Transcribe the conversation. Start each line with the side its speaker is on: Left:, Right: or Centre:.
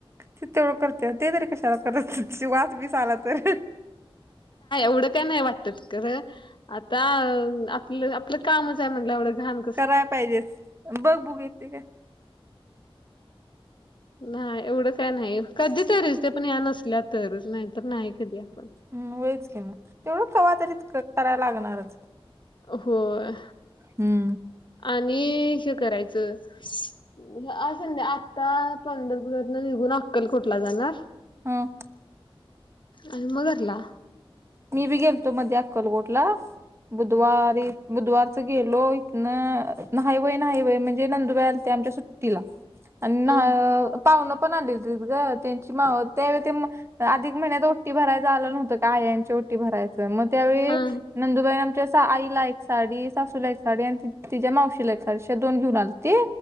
Right: ति तेवढं करत्या, ते तरी कशाला कराच तिथ वास बीस आला तर.
Left: तेवढं काय नाही वाटतं. खरं आता आपलं आपलं कामच आहे म्हणलं एवढं घान
Right: कराय पाहिजे, बघ बघू येते का?
Left: न्हाय, एवढं काय न्हाई येत. कधी तरीच ते पण या नसल्या तरच. नाही तर नाही कधीपण.
Right: हम व्हयचं कि मग, तेवढं कवा तरी त करायला लागणारच.
Left: होय.
Right: हम्म
Left: आणि हे करायचं हे अस संध्य आता पंढरपुरातन निघून अक्कल कोटला जाणार.
Right: हम.
Left: आणि मग घरला.
Right: मी बी गेलतो मध्ये अक्कलकोटला. बुधवारी बुधवार गेलो इथनं नाही व्हय, नाही व्हय म्हणजे नंदुबाई आलत्या आमच्या सुट्टीला. आणि न्हा
Left: हा
Right: पाहुनं पण आले होतेत ग, त्यांची मावस त्यावेळी ते अधिक महिन्यात ओटी भराय झालं नव्हतं ग आयांची- ओटी भरायच, मग त्यावेळी
Left: हा
Right: नंदुबाई आमच्या सा आईला एक साडी, सासूला एक साडी, आणि तिच्या् मावशीला एक साडी आशा दोन घेऊन आलती